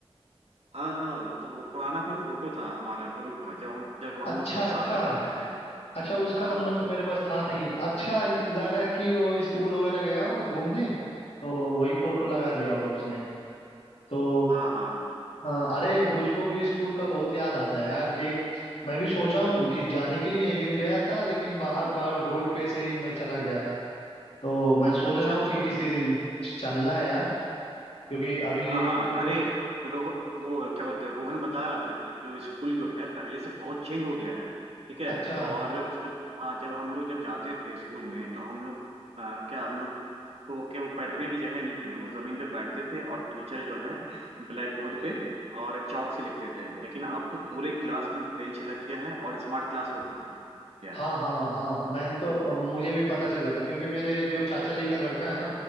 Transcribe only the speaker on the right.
हाँ हाँ मतलब वो पुराना कोई फोटो था हमारा ग्रुप का जब हम जब हम
लोग सब साथ
में पढ़ते थे
हाँ
हाँ हाँ
हम्म,
अच्छा
अच्छा
हाँ
हाँ
अरे रोह वो क्या बोलते हैं रोहन बता रहा था कि जो स्कूल जो है पहले से बहुत चेंज हो गया है ठीक है
और उसमें हाँ जब हम लोग जब जाते थे स्कूल में तो हम लोग आ, क्या हम लोग को क्या वो बैठने की जगह नहीं थी हम लोग जमीन पे बैठते थे और टीचर जो है ब्लैक बोर्ड पे और चौक से लिखते थे लेकिन अब तो पूरे क्लास में बेंच लग गया है और स्मार्ट क्लास हो गया
है